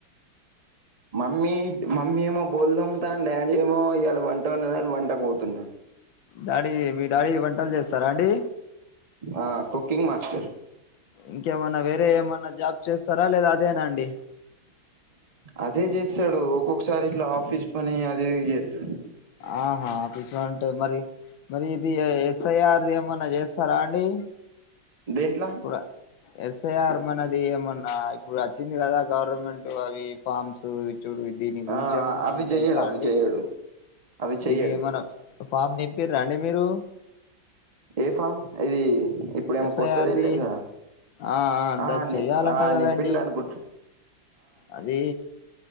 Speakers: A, on the right (about 25°); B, on the left (about 75°).
A: మమ్మీ మమ్మీ ఏమో బోల్దొమ్ముతా అని డాడీ ఏమో ఇలా వంట ఊన్నదని వంటకు పోతున్నాడు
B: డాడీ మీ డాడీ వంటలు చేస్తారా అండి
A: ఆ కుకింగ్ మాస్టర్
B: ఇంకేమన్నా వేరే ఏమన్నా జాబ్ చేస్తారా లేదా అదేనా అండి
A: అదే చేస్తాడు ఒక్కొక్కసారి ఇట్లా ఆఫీస్ పని అదే చేస్తాడు
B: ఆహా ఆఫీస్లో అంటే మరి మరి ఇది ఎస్ఐఆర్ది ఏమన్నా చేస్తారా అండి
A: దేంట్లా
B: కూడా ఎస్ఐఆర్ మనది ఏమన్నా ఇప్పుడు వచ్చింది కదా గవర్నమెంట్ అవి ఫామ్స్ చూడు దీని గురించి
A: ఆ
B: ఏమన్నా
A: అవి చెయ్యడు
B: తెలుసా
A: అవి
B: అండి
A: చెయ్యడు అవి చెయ్యడు
B: దీని ఏమన్నా ఫామ్ నింపిరా అండి మీరు
A: ఏ ఫామ్ ఇది ఇప్పుడేమో
B: ఎస్ఐఆర్ది
A: కొత్తది వెళ్ళింది కా
B: ఆ
A: ఆ
B: ద
A: ని
B: చెయ్యాలంట
A: ఆ
B: కదండి
A: నింపింది అనుకుంటు
B: అది